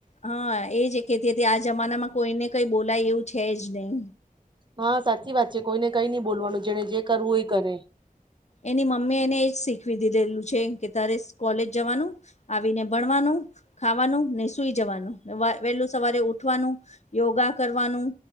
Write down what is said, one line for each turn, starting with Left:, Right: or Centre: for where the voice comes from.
Left: હા એ જ કેતી હતી આ જમાનામાં કોઈને કઈ બોલાય એવું છે જ નહી.
Right: હા, સાચી વાત છે કોઈને કઈ નઈ બોલવાનું જેને જે કરવું ઈ કરે.
Left: એની મમ્મી એને એજ શીખવી દીધેલું છે કે તારે કોલેજ જવાનું આવીને ભણવાનું ખાવાનું ને સુઈ જવાનું ને વહેલું સવારે ઉઠવાનું યોગા કરવાનું